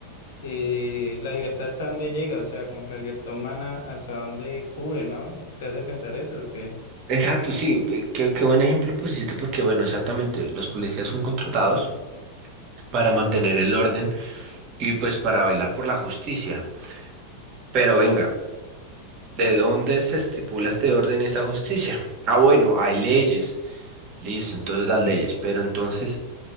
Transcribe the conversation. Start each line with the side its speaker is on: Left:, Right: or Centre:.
Left: eh, la libertad hasta dónde llega, o sea, como que la libertad humana hasta dónde cubre, ¿no? ¿Te hace pensar eso? Que
Right: Exacto, sí, ve- qué, qué buen ejemplo pusiste porque, bueno, exactamente, los policías son contratados para mantener el orden y pues para velar por la justicia. Pero venga, ¿de dónde se estipula este orden y esta justicia? Ah, bueno, hay leyes. Listo, entonces las leyes. Pero entonces,